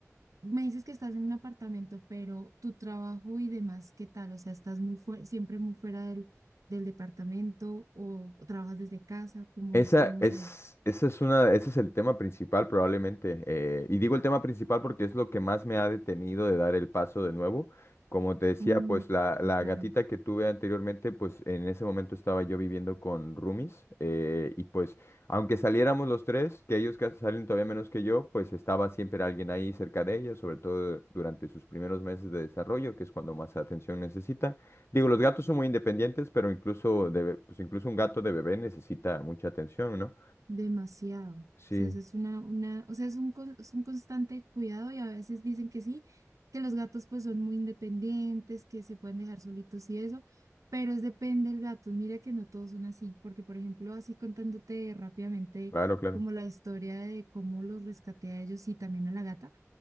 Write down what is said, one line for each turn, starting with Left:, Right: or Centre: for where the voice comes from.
Right: me dices que estás en un apartamento, pero tu trabajo y demás, ¿qué tal? O sea, ¿estás muy fue- siempre muy fuera del, del departamento o, o trabajas desde casa? ¿Cómo
Left: Esa
Right: es? ¿Cómo
Left: es,
Right: es ahí?
Left: esa es una, ese es el tema principal probablemente. eh, y digo el tema principal porque es lo que más me ha detenido de dar el paso de nuevo. Como te decía,
Right: Mm,
Left: pues la,
Right: sí,
Left: la
Right: claro.
Left: gatita que tuve anteriormente, pues en ese momento estaba yo viviendo con roomies. eh, y pues aunque saliéramos los tres, que ellos casi salen todavía menos que yo, pues estaba siempre alguien ahí cerca de ella, sobre todo durante sus primeros meses de desarrollo, que es cuando más atención necesita. Digo, los gatos son muy independientes, pero incluso, de, be- pues incluso un gato de bebé necesita mucha atención, ¿no?
Right: Demasiado. O
Left: Sí,
Right: sea, eso es una, una, o sea, es un, con- es un constante cuidado y a veces dicen que sí, que los gatos pues son muy independientes, que se pueden dejar solitos y eso, pero es depende del gato. Mira que no todos son así, porque por ejemplo, así contándote rápidamente
Left: claro, claro.
Right: como la historia de cómo los rescaté a ellos y también a la gata,